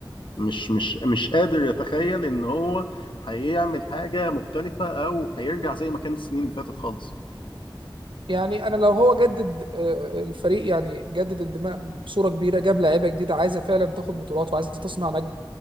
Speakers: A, on the left (about 75°); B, on the right (about 80°).
A: مش مش مش قادر اتخيل ان هو هيعمل حاجه مختلفه او هيرجع زي ما كان السنين اللي فاتت خالص
B: يعني انا لو هو جدد آه، الفريق يعني جدد الدماء بصوره كبيره جاب لعيبه جديده عايزه فعلا تاخد بطولات وعايزه تصنع نجم